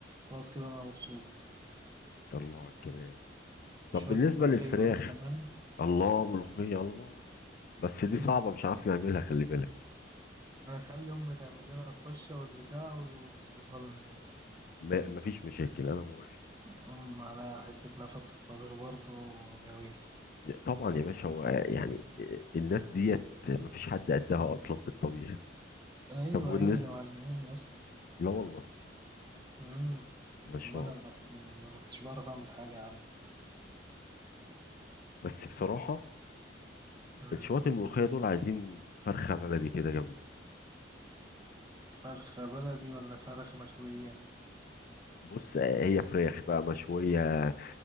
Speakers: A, on the right; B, on the left.
A: خلاص كده أنا مبسوط
B: الله على الجمال طب
A: شوية
B: بالنسبه
A: ملوخية
B: للفراخ
A: بقى كمان
B: الله ملوخيه الله بس دي
A: <laughs>
B: صعبه مش عارف نعملها خلي بالك
A: خلي أمي تعمل لنا الطشة والبتاع وت- وتظبطها لنا
B: ما- مفيش مشاكل انا موافق
A: أم على حتة نفس في الطبيخ برضو جميل
B: طبعا يا باشا هو يعني الناس ديت مفيش حد قدها اصلا في الطبيخ
A: أيوة
B: طب والناس
A: هي اللي معلماني أصلا
B: لا والله
A: أمم
B: ما شاء
A: أمال أنا
B: الله
A: كنت أنا كنتش بعرف أعمل حاجة يا عم
B: بس بصراحه
A: أمم
B: الشواطئ الملوخيه دول عايزين فرخه بلدي كده جنبه
A: فرخة بلدي ولا فرخ مشوية
B: بص آه، هي فراخ بقى مشويه آه،